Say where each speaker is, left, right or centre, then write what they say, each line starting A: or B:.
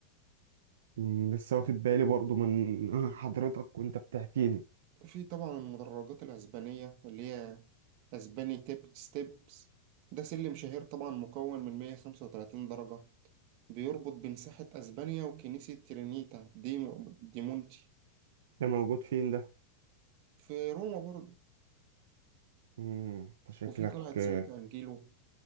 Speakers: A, on the right (about 80°); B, on the right (about 50°).
A: مم، لسه واخد بالي برضو من <laughs> حضرتك وانت بتحكي لي
B: في طبعا المدرجات الأسبانية اللي هي أسباني تيب ستيبس ده سلم شهير طبعا مكون من 135 درجة بيربط بين ساحة أسبانيا وكنيسة ترينيتا دي دي مونتي
A: ده موجود فين ده
B: في روما برضه
A: مم، انت شكلك
B: وفي قلعة سانت
A: آه،
B: أنجيلو